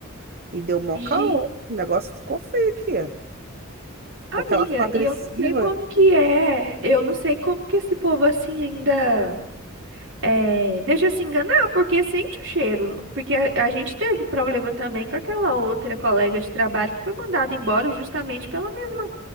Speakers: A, on the right (about 45°); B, on the right (about 65°).
A: e deu mó
B: gente,
A: caô. O negócio ficou feio aqui.
B: amiga,
A: Porque ela ficou agressiva,
B: e eu não sei como que é, eu não sei como que esse povo assim ainda é, deixa se enganar, porque sente o cheiro, porque a, a gente teve problema também com aquela outra colega de trabalho que foi mandada embora justamente pelo mesmo,